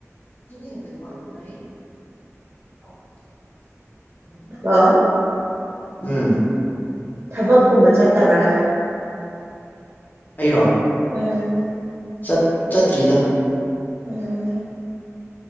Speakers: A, on the left; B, on the right.
A: <unintelligible>
B: ꯍꯜꯂꯣ
A: ꯎꯝ
B: ꯊꯕꯛꯀꯨꯝꯕ ꯆꯠꯇꯕ꯭ꯔꯥ ꯍꯥꯏꯕ
A: ꯑꯩꯔꯣ
B: ꯎꯝ
A: ꯆꯠ ꯆꯠꯇ꯭ꯔꯤꯗ
B: ꯎꯝ